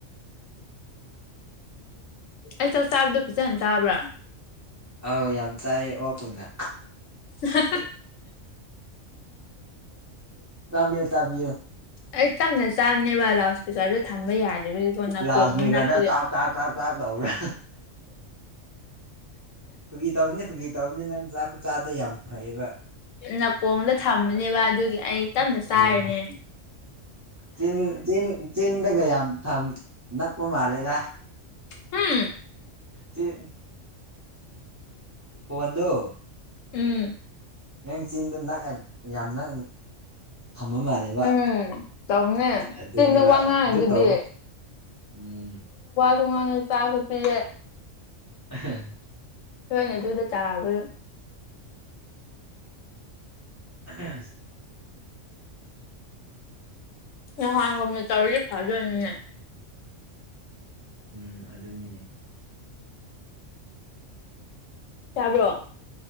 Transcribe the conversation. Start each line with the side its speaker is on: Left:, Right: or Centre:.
Left: ꯑꯩ ꯆꯥꯛ ꯆꯥꯕꯗꯣ ꯐꯤꯖꯟ ꯇꯥꯕ꯭ꯔꯥ
Right: ꯑꯧ ꯌꯥꯝ ꯆꯥꯏ ꯑꯣ ꯀꯨꯝꯅ
Left: ꯍ
Right: ꯇꯕꯤꯌꯣ ꯇꯕꯤꯌꯨ
Left: ꯑꯩ ꯇꯝꯅ ꯆꯥꯕꯅꯤꯕ ꯋꯥꯗꯁꯦ ꯄꯩꯁꯥꯁꯦ ꯊꯝꯕ ꯌꯥꯗꯕꯒꯤꯀꯣ ꯅꯥꯀꯣꯡꯅꯤ
Right: ꯂꯥꯎꯠ ꯏꯁꯄꯤꯀꯔꯗ
Left: ꯅꯥꯛꯄꯒꯤ
Right: ꯆꯥꯛ
Left: ꯑꯦꯛ
Right: ꯆꯥꯛ ꯆꯥꯛ ꯆꯥꯛ ꯇꯧꯕ꯭ꯔꯥ ꯀꯨꯀꯤꯔꯤ ꯇꯧꯔꯅꯤ ꯀ ꯄꯨꯀꯤꯔꯤ ꯇꯧꯔꯅꯤ ꯅꯪ ꯆꯥꯛ ꯈꯨ ꯆꯥꯗ ꯌꯥꯝ ꯐꯩꯕ
Left: ꯅꯥꯀꯣꯡꯗ ꯊꯝꯕꯅꯦꯕ ꯑꯗꯨꯒꯤ ꯑꯩ ꯇꯞꯅ ꯆꯥꯏꯔꯅꯦ
Right: ꯎꯝ ꯆꯤꯟ ꯆ ꯆꯤꯟꯗꯒ ꯌꯥꯝ ꯊ ꯅꯛꯄ ꯃꯥꯜꯂꯦꯗ
Left: ꯎꯝ
Right: ꯁꯦꯛ ꯐꯣꯟꯗꯣ
Left: ꯎꯝ
Right: ꯅꯪ ꯆꯤꯟꯗ ꯌꯥꯝꯅ ꯊꯝꯃ ꯃꯥꯜꯂꯕ
Left: ꯎꯝ ꯇꯧꯕꯅꯦ
Right: ꯑꯗꯨꯅꯦꯕ
Left: ꯆꯤꯟꯗ ꯋꯥ ꯉꯥꯡꯉꯤꯗꯨꯗꯤ
Right: ꯑꯗꯨ ꯇꯧ ꯎꯝ
Left: ꯊꯣꯡꯉꯥꯡꯉꯦ ꯆꯥꯁꯨ ꯄꯤꯌꯦꯦ
Right: <unintelligible>
Left: ꯅꯣꯏꯅ ꯑꯗꯨꯗ ꯇꯥꯕꯒꯤ
Right: ꯑꯍꯥꯝ
Left: ꯅꯍꯥꯟꯒꯨꯝꯅ ꯇꯧꯔꯗꯤ ꯐꯗꯣꯏꯅꯤꯅꯦ
Right: ꯎꯝ ꯑꯗꯨꯅꯤꯅꯦ
Left: ꯇꯥꯕ꯭ꯔꯣ